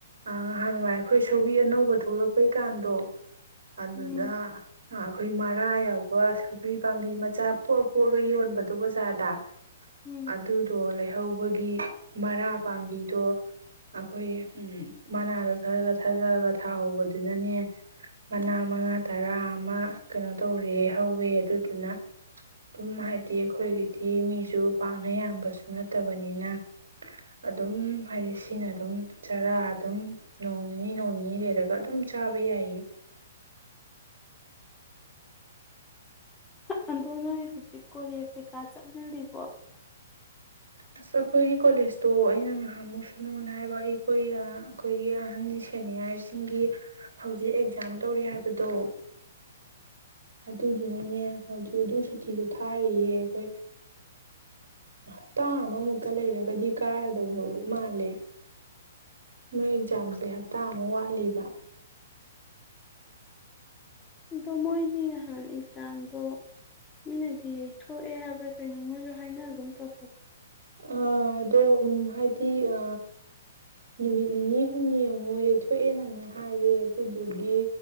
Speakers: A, on the right (about 65°); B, on the left (about 15°).
A: ꯉꯍꯥꯟ ꯅꯨꯡꯋꯥꯥꯏ ꯑꯩꯈꯣꯏ ꯁꯧꯤ ꯑꯅꯧꯕ ꯊꯣꯛꯂꯛꯄꯩꯀꯥꯟꯗꯣ ꯑꯗꯨꯗ
B: ꯎꯝ
A: ꯑꯩꯈꯣꯏ ꯃꯔꯥ ꯌꯥꯎꯕ ꯑꯗꯨꯒ ꯁꯧꯒ꯭ꯔꯤ ꯄꯥꯝꯕꯤ ꯃꯆꯥ ꯄꯣꯛꯑ ꯄꯣꯛꯑꯒ ꯌꯣꯟꯕꯗꯣ ꯕꯖꯥꯔꯗ
B: ꯎꯝ
A: ꯑꯗꯨꯗꯣ ꯂꯩꯍꯧꯕꯒꯤ ꯃꯔꯥ ꯄꯥꯝꯕꯤꯗꯣ ꯑꯩꯈꯣꯏ ꯎ ꯃꯅꯥꯗꯣ ꯊꯥꯖꯤꯜꯂ ꯊꯥꯍꯧꯕꯗꯨꯅꯅꯦ ꯃꯅꯥ ꯃꯉꯥ ꯇꯔꯥ ꯑꯃ ꯀꯩꯅꯣ ꯇꯧꯔꯦ ꯍꯧꯋꯦ ꯑꯗꯨꯗꯨꯅ ꯑꯗꯨꯝ ꯍꯥꯏꯗꯤ ꯑꯩꯈꯣꯏꯒꯤꯗꯤ ꯃꯤ ꯁꯨꯨ ꯄꯥꯛꯅ ꯌꯥꯝꯕꯁꯨ ꯅꯠꯇꯕꯅꯤꯅ ꯑꯗꯨꯝ ꯍꯥꯏꯗꯤ ꯁꯤꯅ ꯑꯗꯨꯝ ꯆꯥꯔꯥ ꯑꯗꯨꯝ ꯅꯣꯡ ꯅꯤꯅꯤ ꯅꯣꯡ ꯅꯤꯅꯤ ꯂꯩꯔꯒ ꯑꯗꯨꯝ ꯆꯥꯕ ꯌꯥꯏ
B: ꯑꯗꯣ ꯅꯣꯏ ꯍꯧꯖꯤꯛ ꯀꯣꯂꯦꯖ ꯀꯩꯀꯥ ꯆꯠꯅꯔꯤꯕꯣ
A: ꯑꯁ ꯑꯩꯈꯣꯏꯒꯤ ꯀꯣꯂꯦꯖꯇꯣ ꯑꯩꯅ ꯉꯥꯏꯍꯥꯃꯨꯛ ꯁꯨꯅꯨꯅ ꯍꯥꯏꯕ ꯑꯩꯈꯣꯏ ꯑꯩꯈꯣꯏꯒꯤ ꯑꯍꯟ ꯁꯦꯅꯤꯌꯥꯔꯁꯤꯡꯒꯤ ꯍꯧꯖꯤꯛ ꯑꯦꯛꯖꯥꯝ ꯇꯧꯔꯤ ꯍꯥꯏꯕꯗꯣ ꯑꯗꯨꯗꯨꯅꯅꯦ ꯍꯧꯖꯤꯛ ꯑꯗꯨꯝ ꯁꯨꯇꯤꯁꯨ ꯊꯥꯔꯤꯌꯦ ꯑꯩꯈꯣꯏ ꯞ ꯇꯇꯥ ꯑꯃꯃꯨꯛꯀ ꯂꯩꯔꯒꯗꯤ ꯀꯥꯔꯗꯧꯕ ꯃꯥꯜꯂꯦ ꯅꯣꯏ ꯑꯦꯛꯖꯥꯝꯁꯦ ꯍꯞꯇꯥ ꯑꯃꯨ ꯋꯥꯠꯂꯤꯕ
B: ꯑꯗꯣ ꯃꯣꯏꯒꯤ ꯅꯍꯥꯟ ꯑꯦꯛꯖꯥꯝꯗꯣ ꯃꯤꯣꯏꯅꯗꯤ ꯌꯩꯊꯣꯛꯑꯦ ꯍꯥꯏꯕ꯭ꯔꯥ ꯀꯩꯅꯣ ꯃꯣꯏꯁꯨ ꯍꯥꯏꯅ ꯑꯗꯨꯝ ꯇꯧꯍꯧ
A: ꯑ ꯑꯗꯣ ꯎ ꯍꯥꯏꯗꯤ ꯑ ꯅꯨꯃꯤꯠ ꯅꯤꯅꯤ ꯍꯨꯝꯅꯤ ꯑꯃꯨꯛ ꯌꯩꯊꯣꯛꯑꯦꯅꯅꯦ ꯍꯥꯏꯌꯦ ꯑꯗꯨꯗꯨꯒꯤ